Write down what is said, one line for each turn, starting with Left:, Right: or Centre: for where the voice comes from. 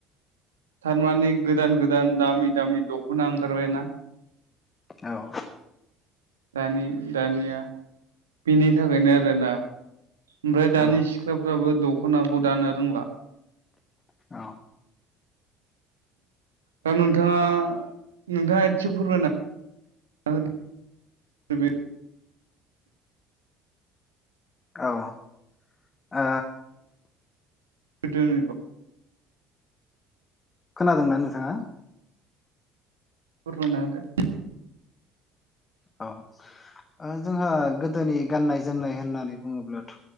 Right: थारमाने गोदान गोदान दामि दामि दख'ना ओंखारबाय ना
Left: औ
Right: दानि दानिया बेनि थाखायनो आरोना ओमफ्राय दानि
Left: औ
Right: सि सिख्लाफ्राबो दख'नाखौ दानो रोंला
Left: औ
Right: दा नोंथाङा नोंथाङा एसे फोरमायना होदो <unintelligible>
Left: औ आ
Right: गोदोनिखौ
Left: खोनादों ना नोंथाङा
Right: फोरमायना होदो
Left: औ जोंहा गोदोनि गाननाय जोमनाय होननानै बुङोब्लाथ'